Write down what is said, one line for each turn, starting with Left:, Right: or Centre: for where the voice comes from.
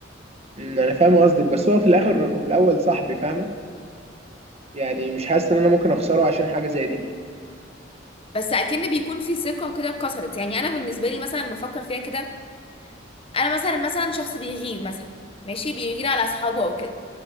Right: أمم، انا فاهم قصدك بس هو في الاخر وفي الاول صاحبي فاهمه يعني مش حاسس ان انا ممكن اخسره عشان حاجه زي دي
Left: بس اكن بيكون في ثقه كده اتكسرت يعني انا بالنسبه لي مثلا لما افكر فيها كده انا مثلا مثلا شخص بيغير مثلا ماشي بيغير على اصحابه او كده